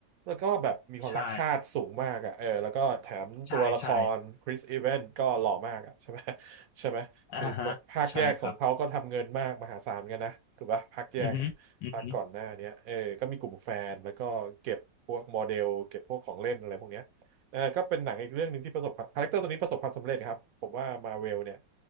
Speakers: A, on the right; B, on the left.
A: แล้วก็แบบมีความรักชาติสูงมากอ่ะเออแล้วก็แถมตัวละครคริสอีเวนก็หล่อมากอ่ะใช่ไหม
B: ใช่ใช่ใช่
A: ใช่ไหม
B: อ่าฮะใช่ครับ
A: คือภาคแยกของเขาก็ทำเงินมากมหาศาลเหมือนกันนะถูกปะภาคแยกอะภาคก่อนหน้าเนี้ยเออก็มีกลุ่มแฟนแล้วก็เก็บพวกโมเดลเก็บพวกของเล่นอะไรพวกเนี้ยเออก็เป็นหนังอีกเรื่องหนึ่งที่ประสบความคาแรคเตอร์ตัวนี้ประสบความสำเร็จครับผมว่ามาเวลเนี่ย
B: อือฮึอือฮึ